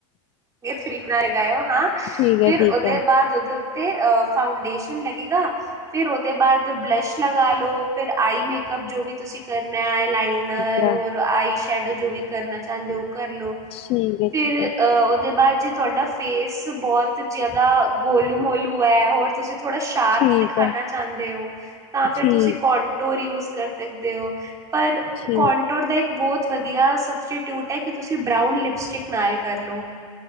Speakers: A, on the right (about 20°); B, on the left (about 35°).
A: ਥਰੀਕ ਨਾਲ ਲਗਾਇਓ ਹਾਂ
B: ਠੀਕ
A: ਫਿਰ
B: ਹੈ ਠੀਕ
A: ਉਹਦੇ ਬਾਅਦ ਉਹਦੇ ਅਤੇ ਫਾਊਂਡੇਸ਼ਨ ਲੱਗੇਗਾ ਫਿਰ ਉਹਦੇ ਬਾਅਦ ਬਲਸ਼ ਲਗਾ ਲਓ ਫਿਰ ਆਈ ਮੇਕਅਪ ਜੋ ਵੀ ਤੁਸੀਂ ਕਰਨਾ ਆਈ ਲਾਈਨਰ
B: ਹੈ
A: ਔਰ ਆਈ ਸ਼ ਸ਼ੈਡੋ ਜੋ ਵੀ ਕਰਨਾ ਚਾਹੁੰਦੇ ਹੋ ਕਰਲੋ
B: ਠੀਕ ਹੈ
A: ਫਿਰ
B: ਠੀਕ ਹੈ
A: ਅਹ ਦੇ ਬਾਅਦ ਜੇ ਤੁਹਾਡਾ ਫੇਸ ਬਹੁਤ ਜ਼ਿਆਦਾ ਗੋਲੂ ਮੋਲੂ ਹੈ ਹੋਰ ਤੁਸੀਂ ਥੋੜ੍ਹਾ ਸ਼ਾਰਪ
B: ਠੀਕ
A: ਦਿਖਾਣਾ
B: ਹੈ ਠੀਕ ਹੈ
A: ਚਾਹੁੰਦੇ ਹੋ ਤਾਂ ਫਿਰ
B: ਠੀਕ
A: ਤੁਸੀਂ ਕੋਂਟੋਰ ਯੂਸ ਕਰ ਸਕਦੇ ਹੋ ਪਰ
B: ਠੀਕ
A: ਕੋਨਟੋਰ ਦਾ ਇੱਕ ਬਹੁਤ ਵਧੀਆ ਸਬਸਿਟਿਊਟ ਹੈ ਕਿ ਤੁਸੀਂ ਬਰਾਊਨ ਲਿਪਸਟਿਕ ਨਾਲ ਕਰ ਲਓ